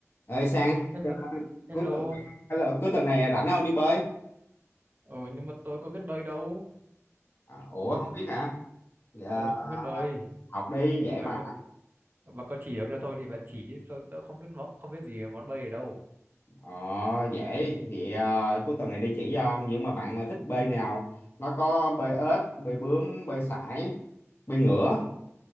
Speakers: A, on the left; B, on the right.
A: ơi sang
B: Hello,
A: cái-
B: hello.
A: cuối tuần hello, cuối tuần này rảnh không đi bơi
B: Ừ, nhưng mà tôi có biết bơi đâu.
A: à, ủa
B: Ừ,
A: không biết hả Dạ,
B: không không biết bơi.
A: học đi dễ
B: Bạn
A: mà
B: có bạn có chỉ được cho tôi thì bạn chỉ chứ tôi, tôi không biết món, không biết gì về món bơi ở đâu.
A: ờ, dễ thì ờ, cuối tuần này đi chỉ cho nhưng mà bạn ờ, thích bơi nào nó có bơi ếch bơi bướm bơi sải bơi ngửa